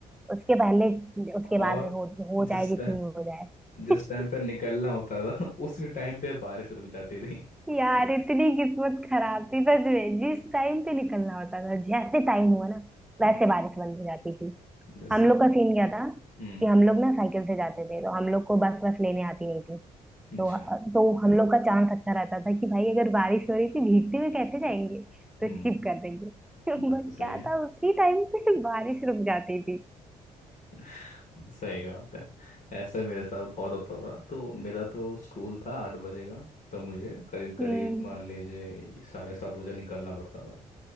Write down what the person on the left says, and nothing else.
और
जिस
टाइम
जिस
टाइम पे निकलना होता था <laughs> उसी टाइम पे बारिश रुक जाती थी <laughs>
हम्म,
जैसे
हम्म
अच्छा
हम्म
बात
तो सही
है
<laughs> सही बात है ऐसा ही मेरे साथ बहुत होता था तो मेरा तो स्कूल था आठ बजे का तो मुझे करीब करीब
मान लीजिए साढ़े सात बजे निकलना पड़ता था